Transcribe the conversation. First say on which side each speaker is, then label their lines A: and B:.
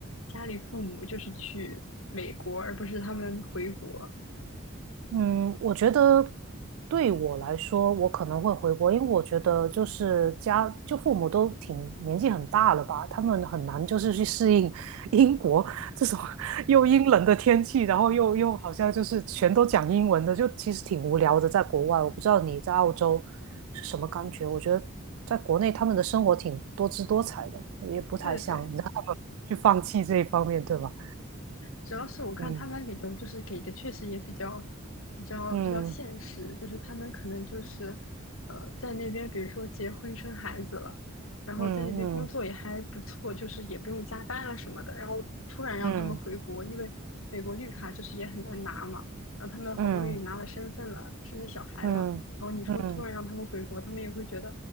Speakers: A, on the left; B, on the right.
A: 家里父母就是去美国，而不是他们回国。
B: 嗯，我觉得对我来说，我可能会回国，因为我觉得就是家，就父母都挺年纪很大了吧，他们很难就是去适应 <laughs> 英国这种 <laughs> 又阴冷的天气，然后又又好像就是全都讲英文的，就其实挺无聊的，在国外。我不知道你在澳洲是什么感觉，我觉得在国内他们的生活挺多姿多彩的，也不太想
A: 对对
B: <laughs> 让他们去放弃这一方面，对吧？
A: 主要是我看他们理由就是给的确实也比较
B: 嗯
A: 比较比较现实，
B: 嗯
A: 就是他们可能就是呃在那边，比如说结婚生孩子了，然后在那边工作也还不错，
B: 嗯嗯
A: 就是也不用加班啊什么的，然后突然让他们回国，
B: 嗯嗯。
A: 因为美国绿卡就是也很难拿嘛，然后他们好不容易拿了身份了，
B: 嗯
A: 生了小孩了，
B: 嗯嗯，
A: 然后你说突然让他们回国，他们也会觉得